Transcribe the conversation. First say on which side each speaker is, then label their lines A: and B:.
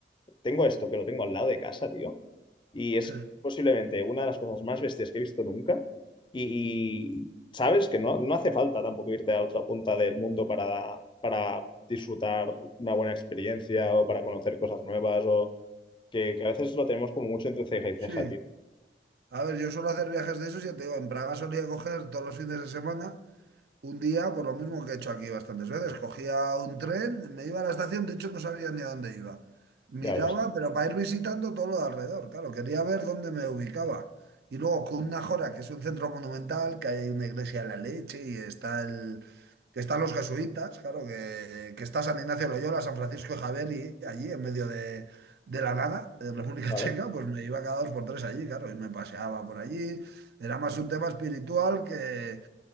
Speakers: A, on the left (about 25°); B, on the right (about 65°).
A: tengo esto que lo tengo al lado de casa, tío y es
B: eh,
A: posiblemente una de las cosas más bestias que he visto nunca. Y, y sabes que no, no hace falta tampoco irte a otra punta del mundo para, para disfrutar una buena experiencia o para conocer cosas nuevas o que, que a veces lo tenemos como mucho entre ceja y ceja,
B: sí,
A: tío.
B: A ver, yo suelo hacer viajes de esos, ya te digo, en Praga solía coger todos los fines de semana un día, por lo mismo que he hecho aquí bastantes veces, cogía un tren, me iba a la estación, de hecho no sabía ni a dónde iba. Miraba,
A: Ya ves,
B: pero para ir visitando todo lo de alrededor, claro, quería ver dónde me ubicaba. Y luego Cundnajora, que es un centro monumental, que hay una iglesia de la leche y está el, que están los jesuitas, claro, que, que está San Ignacio de Loyola, San Francisco de Javier y allí en medio de, de la nada, en República
A: ¿vale?
B: Checa, pues me iba cada dos por tres allí, claro, y me paseaba por allí. Era más un tema espiritual que,